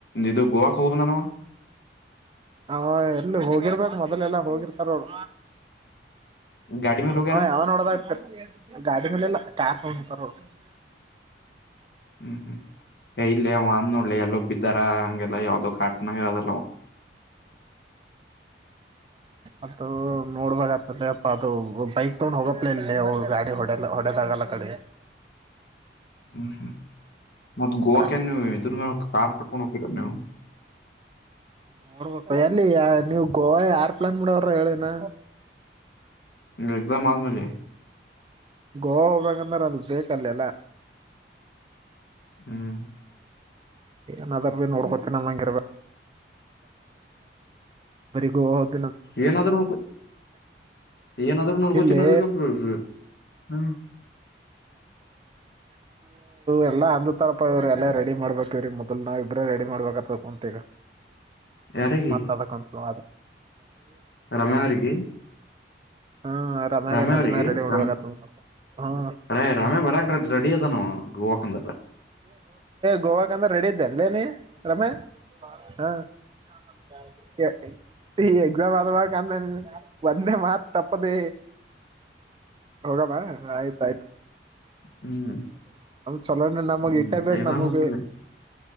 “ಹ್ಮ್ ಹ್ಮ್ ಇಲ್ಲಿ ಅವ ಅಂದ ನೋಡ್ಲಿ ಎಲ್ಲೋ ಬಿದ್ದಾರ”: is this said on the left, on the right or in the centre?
Left